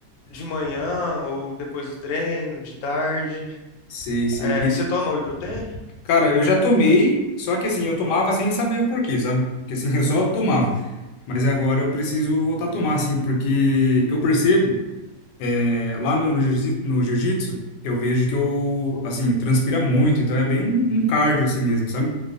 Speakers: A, on the left (about 70°); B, on the left (about 85°).
A: de manhã ou depois do treino, de tarde.
B: Sei, sei.
A: É,
B: E,
A: você toma whey protein?
B: cara, eu já tomei, só que assim, eu tomava sem saber o porquê, sabe? Porque assim, <laughs> eu só tomava. Mas agora eu preciso voltar a tomar, assim, porque eu percebo É, lá no, no jiu-jitsu, no jiu-jitsu, eu vejo que eu, assim, transpira muito, então é bem um, um cardio assim mesmo, sabe?